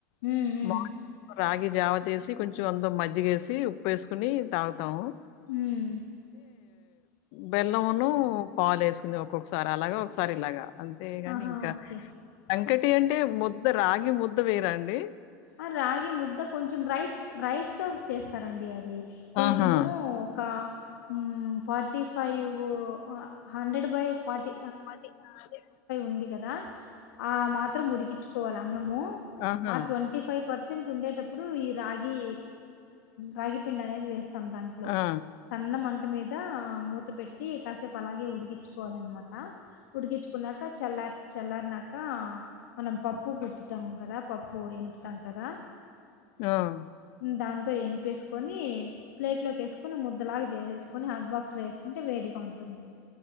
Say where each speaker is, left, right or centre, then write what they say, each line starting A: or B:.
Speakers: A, on the left; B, on the left.
A: ఉమ్ ఉమ్.
B: మార్నింగ్ రాగి జావ చేసి కొంచెం అందులో మజ్జిగేసి ఉప్పు ఎసుకుని తాగుతాం.
A: ఉమ్మ్.
B: బెల్లంను పాలు ఎసుకుని ఒక్కొక్కసారి అలాగ ఒకసారి ఇలాగా. అంతేగాని
A: ఆహా!
B: ఇంకా
A: ఓకే.
B: సంకటి అంటే ముద్ద రాగి ముద్ద వేరండి.
A: ఆహ్ రాగి ముద్ద కొంచం రైస్ రైస్ తో. చేస్తారండి అది కొంచము
B: ఆహా!
A: ఒక. ఉమ్ forty five hundred by forty.
B: అది ఆహ్ అదే.
A: ఉంది కదా ఆ మాత్రం ఉడికించుకోవాలి అన్నము
B: ఆహా!
A: ఆ Twenty five. పర్సెంట్ ఉండేటప్పుడు ఈ రాగి రాగి పిండి అనేది వేస్త. తమ్ దాంట్లో
B: ఆ!
A: సన్న మంట. మంట మీద మూత పెట్టి కాసేపు అలాగే ఉడికించుకోవాలనమాట ఉడికించుకున్నాక. కా చల్లారి చల్లారినాక మనం పప్పు గుర్తుతాం కదా పప్పు ఇనుపుతాం కదా.
B: ఆహ్.
A: దాంతో ఇనుపేసుకొని. ప్లేట్ లోకి ఎసుకొని ముద్దలాగా చేసేసుకొని హాట్ బాక్స్ లో వేసుకుంటే వేడిగా ఉంటుంది.